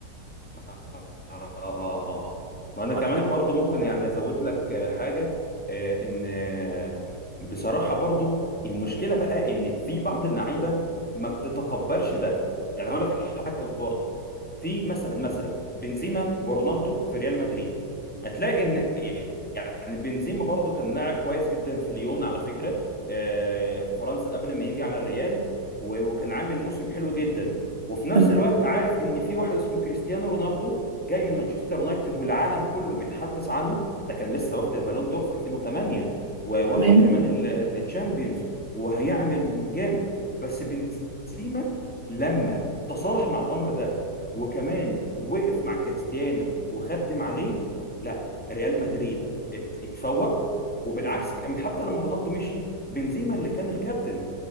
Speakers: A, in the centre; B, on the right.
A: اه اه
B: اه
A: اه
B: اه
A: وانا
B: وانا
A: كمان
B: كمان
A: برضو
B: برضو
A: ممكن يعني ازود لك آه، حاجه آه، ان آه، بصراحه برضو المشكله بقى ان في بعض اللعيبه ما بتتقبلش ده يعني هقول لك حاجه برضو في مثلا مثلا بنزيما ورونالدو في ريال مدريد هتلاقي ان يعني بنزيما برضو كان لاعب كويس جدا في ليون على فكرة آه، في فرنسا قبل ما يجي على الريال و- وكان عامل موسم حلو جدا وفي نفس
B: تمام
A: الوقت عارف ان في واحد اسمه كريستيانو رونالدو جاي من مانشستر يونايتد والعالم كله بيتحدث عنه ده كان لسه واخد البالون دور في 2008 وواخد
B: تمام
A: كمان ال- ال- الشامبيونز وهيعمل جامد بس بنزيما لما تصالح مع الامر ده وكمان وقف مع كريستيانو وخدم عليه لا ريال مدريد ات- اتفوق وبالعكس كمان حتى لما رونالدو مشي بنزيما اللي كان الكابتن